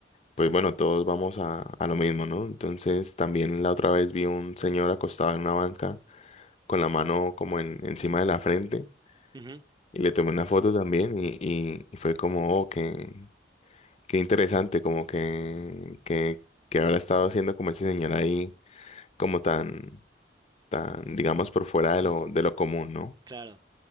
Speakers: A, on the left (about 35°); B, on the right (about 25°).
A: pues bueno, todos vamos a, a lo mismo, ¿no? Entonces también la otra vez vi un señor acostado en una banca con la mano como en, encima de la frente
B: Ujú.
A: y le tomé una foto también y, y, y fue como, oh, qué, qué interesante, como que, que, que habrá estado haciendo como ese señor ahí, como tan... tan, digamos, por fuera de
B: Entonces,
A: lo, de lo común, ¿no?
B: Claro.